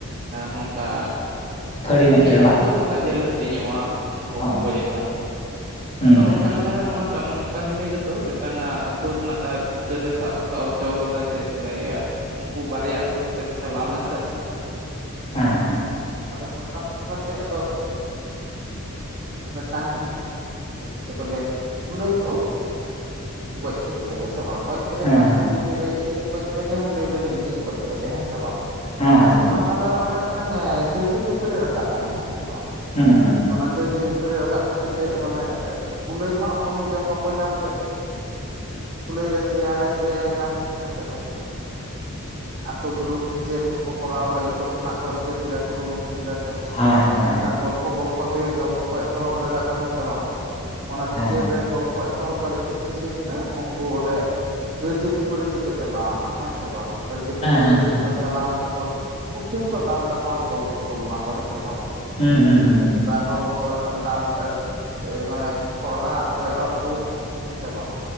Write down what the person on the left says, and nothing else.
ᱯᱷᱟᱹᱲᱤ ᱢᱤᱫᱴᱮᱱ
ᱵᱟᱝ
ᱚ
ᱦᱩᱸ
ᱦᱩᱸ
ᱦᱩᱸ
ᱦᱮᱸ ᱦᱮᱸ
ᱦᱮᱸ
ᱦᱮᱸ
ᱦᱮᱸ ᱦᱮᱸ
ᱦᱩᱸ ᱦᱩᱸ ᱦᱩᱸ
ᱦᱮᱸ ᱦᱮᱸ ᱦᱮᱸ
ᱦᱮᱸ
ᱦᱮᱸ ᱦᱮᱸ
ᱦᱮᱸ ᱦᱮᱸ ᱦᱮᱸ
ᱦᱮᱸ
ᱦᱩᱸ ᱦᱩᱸ ᱦᱩᱸ
ᱦᱩᱸ